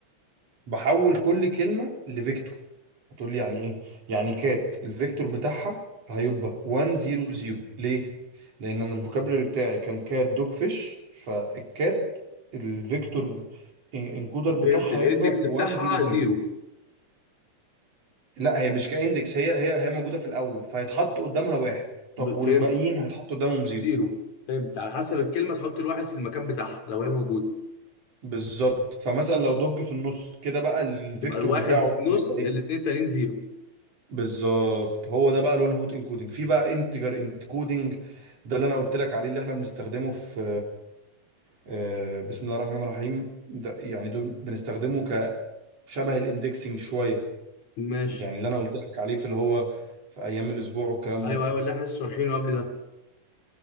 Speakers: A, on the right; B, on the left.
A: بحول كل كلمة لفيكتور هتقول لي يعني ايه يعني كات الفيكتور بتاعها هيبقى 100 ليه لان انا الفوكابولري بتاعي كان كات دوج فيش فالكات الفيكتور انكودر بتاعها
B: فهمت الاندكس
A: هيبقى
B: بتاعها
A: 100
B: زيرو
A: لا هي مش كاندكس هي هي هي موجودة في الاول فهيتحط قدامها واحد طب
B: ب-
A: والباقيين
B: فهمت
A: هيتحطوا قدامهم زيرو
B: زيرو فهمت على حسب الكلمه تحط الواحد في المكان بتاعها لو هي موجوده
A: بالظبط فمثلا لو دوج في النص كده بقى الفيكتور
B: هتبقى الواحد
A: بتاعه
B: في النص
A: هيبقى إيه؟
B: الاثنين التانيين زيرو
A: بالظبط هو ده بقى الوان هوت انكودنج في بقى انتجر انكودنج ده اللي انا قلت لك عليه اللي احنا بنستخدمه في آه، بسم الله الرحمن الرحيم ده يعني ده بنستخدمه كشبه الاندكسنج شويه
B: ماشي
A: يعني اللي انا قلت لك عليه في اللي هو في ايام الاسبوع والكلام
B: ايوه
A: ده
B: ايوه اللي احنا لسه شارحينه قبل ده